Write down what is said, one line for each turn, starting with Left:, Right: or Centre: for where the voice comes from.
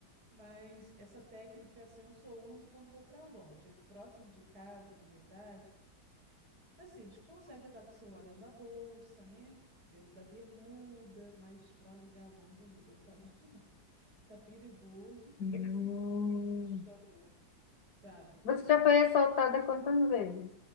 Right: Mas essa técnica assim, eu só uso quando vou para longe. Aqui próximo de casa, na verdade, Assim, a gente consegue andar com o celular dentro da bolsa, né? Dentro da bermuda, mas para alugar longe, amiga, não tá <laughs> dando, não. Tá perigoso e,
Left: Hum.
Right: assim, muito assustador, sabe? É,
Left: Você já foi assaltada quantas vezes?